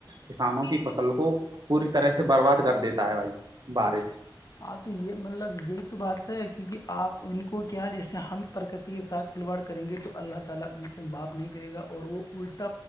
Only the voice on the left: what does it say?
ہاں تو یہ مطلب یہی تو بات ہے کیونکہ آپ ان کو کیا جیسے ہم پرکتی کے سھ کھلواڑ کریں گے تو اللہ تعالی ان کو معاف نہیں کرے گا اور وہ الٹا